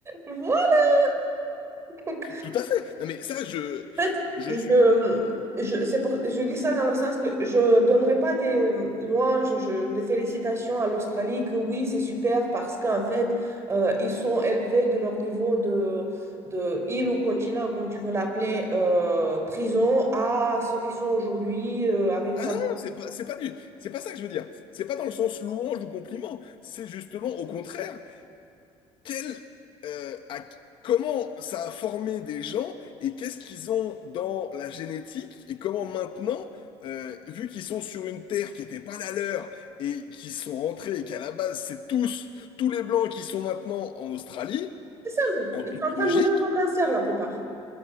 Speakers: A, on the right (about 25°); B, on the left (about 50°).
A: Voilà. Donc,
B: Tout à fait. Non mais ça, je,
A: en fait,
B: je
A: je,
B: suis.
A: je, c'est pour- je dis ça dans le sens que je ne donnerai pas des euh, louanges, je- des félicitations à l'Australie, que oui, c'est super parce qu'en fait, euh, ils sont élevés de leur niveau de, de île ou continent, comme tu veux l'appeler, euh, prison, à ce qu'ils sont aujourd'hui euh, avec ça.
B: Ah non, non, c'est pas, c'est pas du, c'est pas ça que je veux dire. C'est pas dans le sens louange ou compliment. C'est justement au contraire. quel, euh, à- comment ça a formé des gens et qu'est-ce qu'ils ont dans la génétique et comment maintenant, euh, vu qu'ils sont sur une terre qui n'était pas la leur et qui sont rentrés et qu'à la base c'est tous, tous les Blancs qui sont maintenant en Australie,
A: C'est simple.
B: en
A: Ils
B: toute
A: sont en train
B: logique,
A: de mourir de cancer, la plupart.